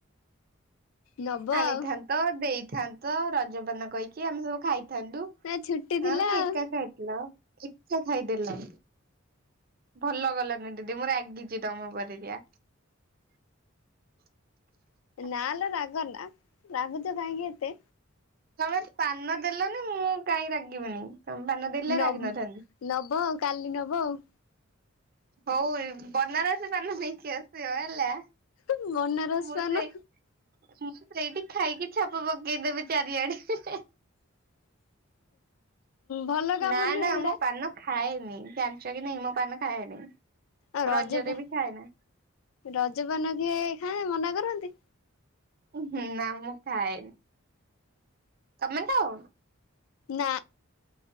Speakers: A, on the left; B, on the right.
A: ନବ
B: ଆଣିଥାନ୍ତ
A: ଆଉ।
B: ଦେଇଥାନ୍ତ ରଜପାନ କହିକି ଆମେ ସବୁ ଖାଇଥାନ୍ତୁ।
A: ନା ଛୁଟି ଥିଲା
B: ଆଁ
A: ଆଉ
B: ଏକା ଖାଇଥିଲ ଏକା ଖାଇଦେଲ? ଭଲ କଲନି ଦିଦି ମୁଁ ରାଗିଛି ତମ ଉପରେ ଯା। <inaudible>
A: ନାଲୋ ରାଗ ନା ରାଗୁଛ କାହିଁକି ଏତେ?
B: ତମେ ପାନ ଦେଲନି ମୁଁ କାଇଁ ରାଗିବିନି? ତମେ ପାନ ଦେଲେ
A: ନ
B: ରାଗି ନଥାନ୍ତି।
A: ନବ କାଲି ନବ ଆଉ।
B: ହଉ ବନାରସୀ ପାନ ନେଇକି ଆସିବ ହେଲା।
A: ହୁଁ ବନାରସି
B: ମୁଁ
A: ପାନ।
B: ସେଇ ମୁଁ ସେଇଠି ଖାଇକି ଛାପ ପକେଇଦବି ଚାରିଆଡେ।
A: ଭଲ କାମ
B: ନା
A: ନୁହେଁ
B: ନା
A: ଏଡା।
B: ମୁଁ ପାନ ଖାଏନି ଜାଣିଛ କି ନାଇ ମୁ ପାନ ଖାଏନି।
A: ଆ ରଜପ
B: ରଜରେ ବି ଖାଏନା
A: ରଜପାନ କିଏ ଖାଏ ମନା କରନ୍ତି?
B: ହଁ ନା ମୁଁ ଖାଏନି। ତମେ ଖାଅ?
A: ନା।